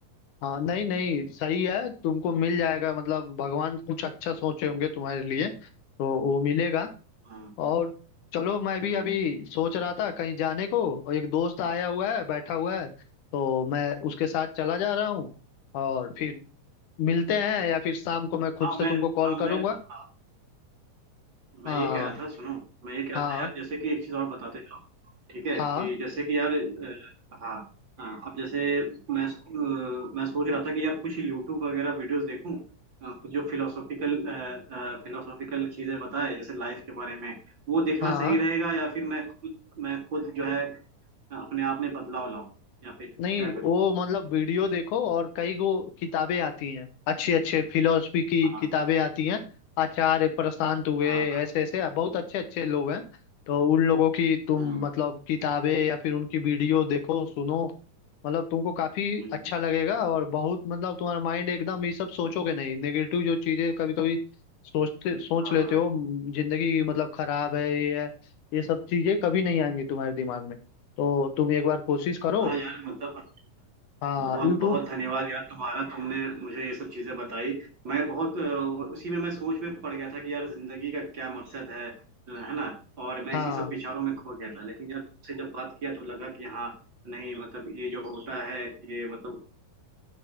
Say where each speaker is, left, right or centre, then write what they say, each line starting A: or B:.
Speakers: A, on the left; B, on the right.
A: हाँ नहीं नहीं सही है तुमको मिल जाएगा मतलब भगवान कुछ अच्छा सोचे होंगे तुम्हारे लिए तो वो मिलेगा
B: हाँ
A: और चलो मैं भी
B: हम्म।
A: अभी सोच रहा था कहीं जाने को और एक दोस्त आया हुआ है बैठा हुआ है तो मैं उसके साथ चला जा रहा हूँ और फिर मिलते हैं या फिर शाम को मैं खुद
B: हाँ,
A: से
B: मैं
A: तुमको कॉल
B: हाँ
A: करूँगा
B: मैं हाँ
A: हाँ
B: मैं ये कह रहा था सुनो मैं ये कह रहा
A: हाँ
B: था यार जैसे कि एक चीज और बताते जाओ ठीक है
A: हाँ
B: कि जैसे कि यार अ, हाँ हाँ, अब जैसे मैं अ, मैं सोच रहा था कि यार कुछ यूट्यूब वगैरह वीडियोस देखूं अ, जो फिलोसॉफिकल फिलोसॉफिकल चीजें बताए जैसे लाइफ के बारे में वो देखना
A: हाँ
B: सही रहेगा या फिर मैं खुद मैं खुद जो है अपने आप में बदलाव लाऊं या फिर
A: नहीं
B: क्या करूं
A: वो मतलब वीडियो देखो और कई गो किताबें आती हैं अच्छे अच्छे फिलोसफी की
B: हाँ
A: किताबें आती हैं आचार्य प्रशांत हुए
B: हाँ हाँ
A: ऐसे ऐसे बहुत अच्छे अच्छे लोग हैं तो उन लोगों की तुम
B: हम्म
A: मतलब किताबें या फिर उनकी वीडियो देखो सुनो मतलब तुमको काफी
B: हम्म,
A: अच्छा लगेगा और बहुत मतलब तुम्हारा माइंड एकदम ये सब सोचोगे नहीं नेगेटिव जो चीजें कभी कभी सोचते सोच
B: हाँ
A: लेते
B: हाँ
A: हो म, जिंदगी की मतलब खराब है ये है ये सब चीजें कभी नहीं आएंगी तुम्हारे दिमाग में तो तुम एक बार कोशिश करो
B: हाँ यार मतलब
A: हाँ
B: बहुत
A: यूट्यूब
B: बहुत धन्यवाद यार तुम्हारा तुमने मुझे ये सब चीजें बताई मैं बहुत अ, उसी में मैं सोच में पड़ गया था कि यार जिंदगी का क्या मकसद है है ना और मैं
A: हाँ
B: इसी सब विचारों में खो गया था लेकिन यार तुमसे जब बात किया तो लगा कि हाँ नहीं मतलब ये जो होता है ये मतलब